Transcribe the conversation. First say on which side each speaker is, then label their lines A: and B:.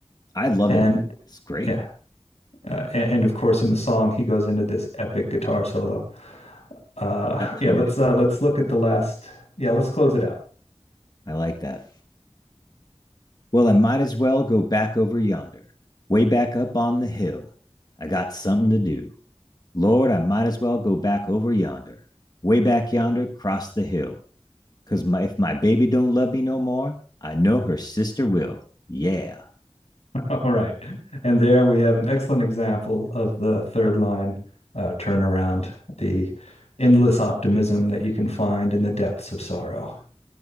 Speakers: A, on the left; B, on the left.
A: I love
B: And
A: it. It's great.
B: yeah, uh, and, and of course, in the song, he goes into this epic guitar solo. Uh,
A: That totally.
B: yeah, let's uh, let's look at the last. Yeah, let's close it out.
A: I like that. Well, I might as well go back over yonder, way back up on the hill. I got something to do. Lord, I might as well go back over yonder, way back yonder, cross the hill. 'Cause my, if my baby don't love me no more, I know her sister will. Yeah.
B: <laughs> All right, and there we have an excellent example of the third line uh, turnaround, the endless optimism that you can find in the depths of sorrow.